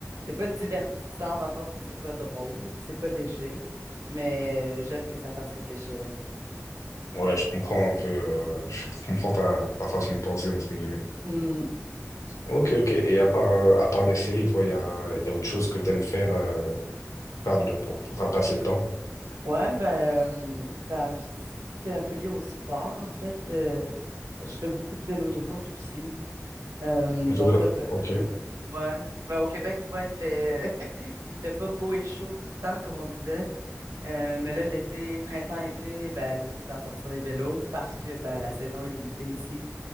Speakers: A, on the right; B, on the left.
A: c'est pas divertissant dans le sens que c'est pas drôle, c'est pas léger, mais j'aime que ça fasse réfléchir.
B: Ouais, je comprends un peu, euh, je, je comprends ta, ta façon de penser, entre guillemets.
A: Hmm,
B: Ok, ok. Et à part, euh, à part les séries, toi, il y a, y a autre chose que t'aimes faire euh, qui parle de- pour, pour faire passer le temps?
A: ouais, ben, euh, ben, c- tout est un peu lié au sport, en fait. Euh, je fais beaucoup de vélo de route aussi. Euh,
B: Vélo.
A: donc là, ben,
B: Ok.
A: bien- ouais, ben, au Québec, tu vois, il fait, <laughs> il fait pas beau et chaud tout le temps, comme on disait. Euh, mais là, l'été, printemps-été, ben là, c'est le temps de sortir des vélos parce que ben, la saison est limitée ici.